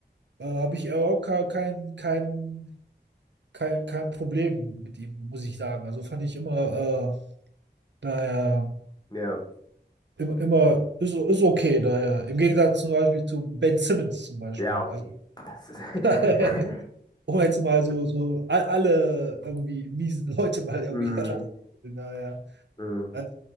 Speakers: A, on the right; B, on the left.
A: äh, habe ich auch kein, kein, kein, kein, kein Problem mit ihm, muss ich sagen. Also fand ich immer, äh, daher,
B: ja,
A: immer, immer ist, ist okay, daher. Im Gegensatz zum Beispiel zu Ben Simmons zum Beispiel.
B: ja, okay.
A: Also,
B: Das ist,
A: <laughs>
B: <laughs>
A: um jetzt mal so, so a- alle irgendwie miesen Leute mal irgendwie
B: mm,
A: <laughs> herauszuholen. Naja.
B: mm,
A: Also,